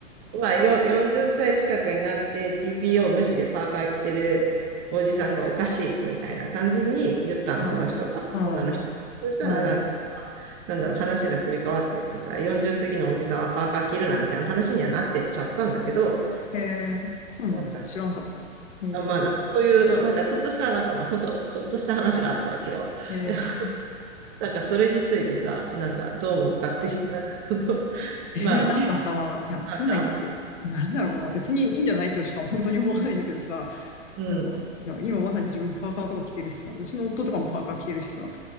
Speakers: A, on the right; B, on the left.
A: まあ、よ、40歳近くになって TPO 無視でパーカー着てるおじさんがおかしいみたいな感じに言ったの、
B: うん、
A: その人が。
B: うん、
A: 女の人。そしたらなんか、
B: うん。
A: まあなんだろう、話がすり替わってってさ、40過ぎのおじさんはパーカー着るなみたいな話にはなってっちゃったんだけど、
B: へえ、そうなんだ。
A: なんか、
B: 知らんかった。へえ、
A: あまあなんかそういう、なんかちょっとした、なんかまあ本当ちょっとした話があったわけよ。
B: へえ、
A: でだからそれについてさ、なんかどう思うかっていう、なんかその <laughs>
B: へーなんかさ、
A: まあ、
B: いや、わかんないんだけど、
A: パーカ
B: なんだろうな。
A: ー
B: 別にいいんじゃないとしか本当に思わないんだけどさ、
A: うん。
B: なんか、
A: うん。
B: いや、今まさに自分パーカーとか着てるしさ、うちの夫とかもパーカー着てるしさ、